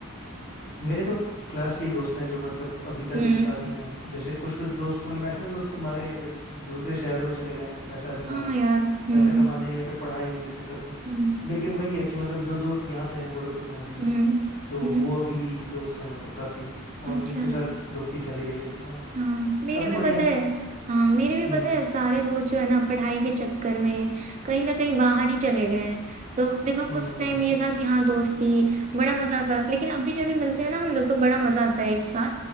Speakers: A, on the left (about 45°); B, on the right (about 30°).
A: मेरे तो क्लास के ही दोस्त हैं जो मतलब अभी तक
B: हम्म
A: साथ ही में हैं जैसे कुछ कुछ दोस्त मतलब मैक्सिमम दोस्त तुम्हारे अ, दूसरे शहरों में चले गए हैं पैसा ऐसा
B: हाँ
A: कमाने
B: यार हम्म
A: पैसा कमाने या फिर पढ़ाई के चक्कर में
B: हम्म
A: लेकिन वही है कि मतलब जो दोस्त यहाँ पे हैं गोरखपुर में अभी भी
B: हम्म
A: तो
B: हम्म
A: वो अभी भी दोस्त हैं मतलब काफी और
B: अच्छा
A: उनके साथ दोस्ती चली रही है हाँ
B: हाँ मेरे
A: काफी
B: भी
A: बढ़िया
B: पता
A: है
B: है हाँ मेरे भी
A: हम्म
B: पता है सारे दोस्त जो है ना पढ़ाई के चक्कर में कहीं ना कहीं बाहर ही चले गए हैं तो देखो
A: हम्म
B: उस
A: हम्म
B: टाइम
A: हम्म
B: ये
A: हम्म
B: था कि हाँ दोस्ती बड़ा मजा आता लेकिन अभी जब भी मिलते हैं ना हम लोग तो बड़ा मजा आता है एक साथ